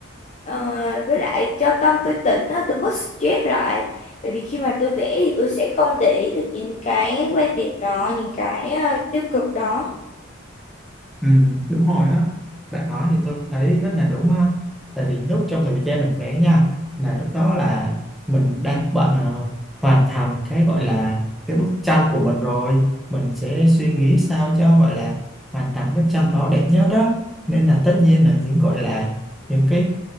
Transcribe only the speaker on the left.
Ờ, với lại cho tâm tôi tỉnh á, tôi bớt stress lại bởi vì khi mà tôi vẽ thì tôi sẽ không để ý được những cái quan điểm đó những cái ờ, tiêu cực đó